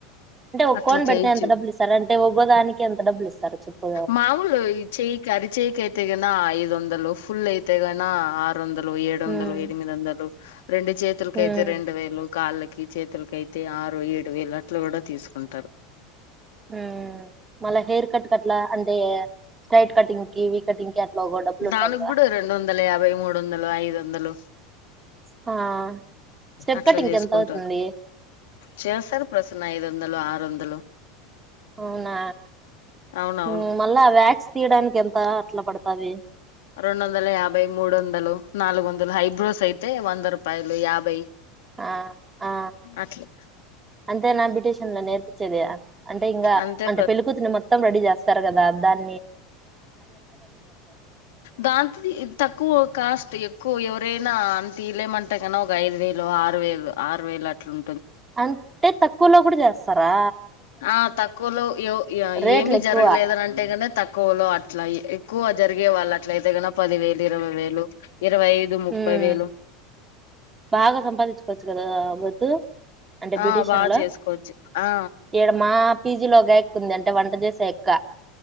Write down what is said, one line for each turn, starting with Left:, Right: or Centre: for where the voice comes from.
Right: అంటే ఒక
Left: అట్లా
Right: కోన్ పెడితే
Left: చేయొచ్చు
Right: ఎంత డబ్బులు ఇస్తారు. అంటే ఒకోదానికి ఎంత డబ్బులు ఇస్తారు చెప్పు
Left: మామూలు ఈ చెయ్యికి అరిచేయికైతే గిన ఐదు వందలు ఫుల్ అయితే గానీ ఆర్ ఆరు వందలు ఏడు వందలు
Right: ఉమ్
Left: ఎనిమిది వందలు రెండు చేతులకైతే
Right: ఉమ్
Left: రెండు వేలు కాళ్ళకి చేతులకి అయితే ఆరు ఏడు వేలు అట్లు కూడా తీసుకుంటారు
Right: హు మళ్ళా హెయిర్ కట్ కి కట్లా అంటే స్ట్రైట్ కటింగ్ కి వి కటింగ్ కి అట్లా ఒక డబ్బులు ఉంటది
Left: దానికి
Right: కదా
Left: కూడా రెండు వందల యాభై మూడు వందలు ఐదు వందలు
Right: ఆ స్టెప్
Left: అట్లా
Right: కటింగ్
Left: చేసుకుంటారు
Right: కి ఎంత అవుతుంది
Left: చేస్తారు కు ప్రసన్న ఐదు వందలు ఆరు వందలు
Right: అవునా
Left: అవునవును
Right: హు మళ్ళా వ్యాక్స్ తీయడానికి ఎంత ఎట్లా పడతాది
Left: రెండు వందల యాభై మూడు వందలు నాలుగు వందలు హైబ్రోస్ అయితే వంద రూపాయలు యాభై
Right: ఆ ఆ
Left: అట్లా
Right: అంతే నా బిటషన్లో నే పించేది అంటే ఇంకా
Left: అంతే
Right: అంటే పెళ్లికూతురిని మొత్తం రెడీ చేస్తారు కదా రాజ్ దాని
Left: దాంతి ఇది తక్కువ కాస్ట్ ఎక్కువ ఎవరైనా అ తీలేమంటే కన ఒక ఐదు వేలు ఆరు వేలు ఆరు వేలు అట్లుం
Right: అంతే తక్కువలో కూడా జాస్ సరా
Left: ఆ తక్కువలో యో ఆ
Right: రేట్లు
Left: ఏమి
Right: ఎక్కువ
Left: జరగలేదని అంటే నే తక్కువలో అట్లా ఎక్కువ జరిగే వాళ్ళ అట్లయితే కన పది వేలు ఇరవై వేలు ఇరవై ఐదు ముప్పై
Right: ఊమ్
Left: వేలు
Right: బాగా సంపాదించుకోవచ్చు కదా బొ టూ అంటే బ్యుటీషయన్
Left: ఆ బాగా
Right: ల
Left: చేసుకోవచ్చు ఆ
Right: ఈడ మా పీజీ లో గాయక్ ఉందండి టె వంట జేసేక్క